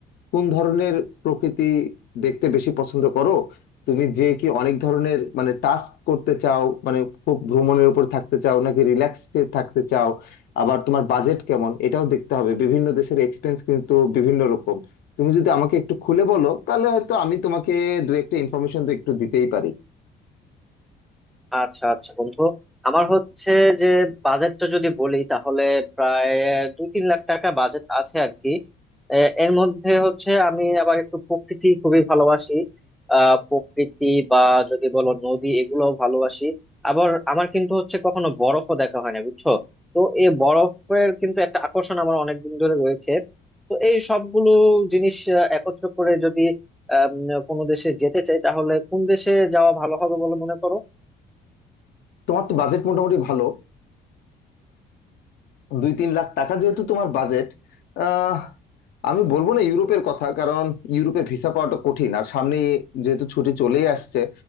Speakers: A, on the left; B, in the centre.
A: কোন ধরনের প্রকৃতি দেখতে বেশি পছন্দ করো তুমি যে কি অনেক ধরনের মানে টাস্ক করতে চাও মানে খুব ভ্রমণের উপর থাকতে চাও নাকি রিল্যাক্সে থাকতে চাও আবার তোমার বাজেট কেমন এটাও দেখতে হবে বিভিন্ন দেশের এক্সপেন্স কিন্তু বিভিন্ন রকম তুমি যদি আমাকে একটু খুলে বলো তাহলে হয়তো আমি তোমাকে দু একটা ইনফরমেশন তো একটু দিতেই পারি
B: আচ্ছা আচ্ছা বন্ধু আমার হচ্ছে যে বাজেটটা যদি বলি তাহলে প্রায় দুই তিন লাখ টাকা বাজেট আছে আর কি এ, এর মধ্যে হচ্ছে আমি আবার একটু প্রকৃতি খুবই ভালোবাসি আহ প্রকৃতি বা যদি বলো নদী এগুলো ভালোবাসি আবার আমার কিন্তু হচ্ছে কখনো বরফও দেখা হয় না বুঝছো তো এই বরফের কিন্তু একটা আকর্ষণ আমার অনেকদিন ধরে রয়েছে তো এই সবগুলো জিনিস আহ, একত্র করে যদি আহ, উম, কোনো দেশে যেতে চাই তাহলে কোন দেশে যাওয়া ভালো হবে বলে মনে করো
A: তোমার তো বাজেট মোটামুটি ভালো দুই তিন লাখ টাকা যেহেতু তোমার বাজেট আহ আমি বলবো না ইউরোপের কথা কারণ ইউরোপে ভিসা পাওয়াটা কঠিন আর সামনে যেহেতু ছুটি চলেই আসছে